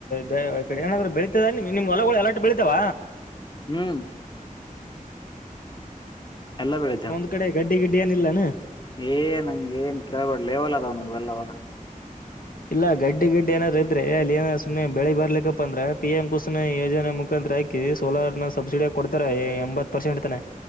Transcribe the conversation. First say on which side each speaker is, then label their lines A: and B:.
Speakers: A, on the left; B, on the left.
A: ದ ಏನಾದ್ರೂ ಬೆಳ ತ್ತದನ್ ನಿಮ್ ಹೊಲಗಳು ಎಲ್ಲಾಟ್ಟು ಬೆಳಿತಾವ.
B: ಹ್ಮ್ ಎಲ್ಲ ಬೆಳೆತ್ತೇವ.
A: ಆ ಕಡೆ ಗಡ್ಡಿ ಗಿಡ್ಡಿ ಏನಿಲ್ಲ ಏನ್.
B: ಏ ನಂಗ ಏನ್ ಕೇಳ್ಬಡ ಲೇವಲ ಅದಾವ ನಮ್ಮೂವ ಎಲ್ಲಾ ಹೊಲ.
A: ಇಲ್ಲ ಗಡ್ಡಿ ಗಿಡ್ಡಿ ಏನಾದ್ರ ಇದ್ರೆ ಅಲ್ಲಿ ಏನ ಸುಮ್ನೆ ಬೆಳೆ ಬರ್ಲಿಕ್ಕಪ್ಪ ಅಂದ್ರ ಪಿಎಂ ಕುಸನ ಯೋಜನೆ ಮುಖಾಂತರ ಆಕಿ ಸೋಲಾರ್ ನ ಸಬ್ಸಿಡಿಯಾಗ ಕೊಡ್ತಾರ ಎ ಎಂಬತ್ತ್ ಪರ್ಸೆಂಟ್ ತನ.